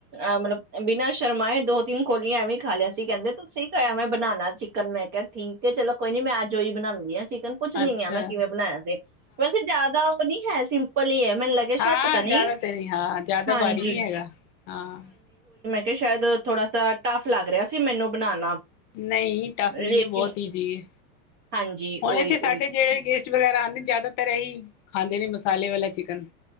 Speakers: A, on the right; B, on the left.
A: ਅ ਮਤਲਬ ਬਿਨਾ ਸ਼ਰਮਾਏ ਦੋ ਤਿੰਨ ਕੋੋਲੀਆਂਂ ਖਾ ਲਿਆ ਸੀ ਕਹਿੰਦੇ ਤੁਸੀਂ ਖਾਇਆ ਮੈਂ ਬਣਾਉਣਾ ਚਿਕਨ ਮੈਂ ਕਿਹਾ ਠੀਕ ਹੈ ਚਲੋ ਕੋਈ ਨੀ ਮੈਂ ਅੱਜ ਓਹੀ ਬਣਾਉਂਦੀ ਹਾਂ ਚਿਕਨ ਕੁਛ ਨਹੀਂ
B: ਅੱਛਾ
A: ਮੈਂ ਕਿਵੇਂ ਬਣਾਇਆ ਸੀ ਵੈਸੇ ਜਿਆਦਾ ਉਹ ਨਹੀਂ ਹੈ ਸਿਮ ਪਲੀ ਹੈ ਮੈਨੂੰ ਲੱਗਿਆ
B: ਹਾਂ
A: ਸ਼ਾਇਦ ਪਤਾ ਨੀ
B: ਜ਼ਿਆਦਾ ਤੇ ਨਹੀਂ ਹਾਂ ਜ਼ਿਆਦਾ
A: ਹਾਂਜੀ
B: ਵਾਰੀ ਨਹੀਂ ਹੈਗਾ ਹਾਂ
A: ਕਿ ਸ਼ਾਇਦ ਥੋੜਾ ਸਾਟੱਫ ਲੱਗ ਰਿਹਾ ਸੀ ਮੈਨੂੰ ਬਣਾਉਣਾ
B: ਨਹੀਂ ਟਫ ਨਹੀਂ
A: ਲੇਕਿਨ
B: ਹੈ ਬਹੁਤ ਈਜ਼ੀ ਹੈ
A: ਹਾਂਜੀ
B: ਹੁਣ
A: ਉਹੀ
B: ਇਥੇ ਸਾਡੇ
A: ਉਹੀ
B: ਜਿਹੜੇ ਗੇਸਟ ਵਗੈਰਾ ਆਂਦੇ ਜ਼ਿਆਦਾਤਰ ਇਹੀ ਖਾਂਦੇ ਨੇ ਮਸਾਲੇ ਵਾਲਾ ਚਿਕਨ